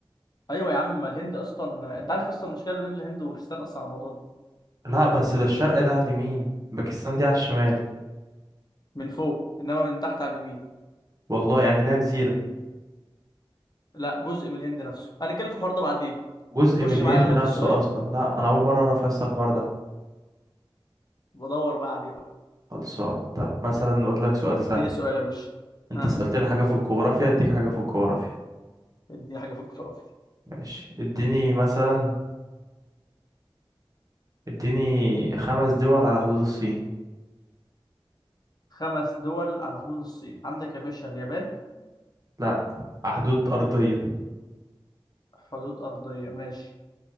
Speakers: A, on the left; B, on the right.
A: ايوه يا عم ما الهند اصلا انت عارف اصلا المشكله اللي بين الهند وباكستان اصلا على الموضوع ده
B: لا بس ده الشرق ده على اليمين باكستان دي على الشمال
A: من فوق انما من تحت على اليمين
B: والله يعني ليها جزيرة
A: لا جزء من الهند نفسه هنتكلم في الحوار ده بعدين
B: جزء
A: خش
B: من الهند
A: معايا يلا في
B: نفسه
A: السؤال
B: أصلا لا أنا أول مرة أعرف أصلا الحوار ده
A: بدور بقى عليه بقى
B: خلصان طب مثلا نقول لك سؤال
A: اديني
B: سهل
A: سؤال يا باشا
B: انت
A: ها
B: سألتني حاجة في الجغرافيا اديك حاجة في الجغرافيا
A: اديني حاجه فوق الفلافل
B: ماشي اديني مثلا اديني خمس دول على حدود الصين
A: خمس دول على حدود الصين عندك يا باشا اليابان
B: لا على حدود أرضية
A: حدود ارضيه ماشي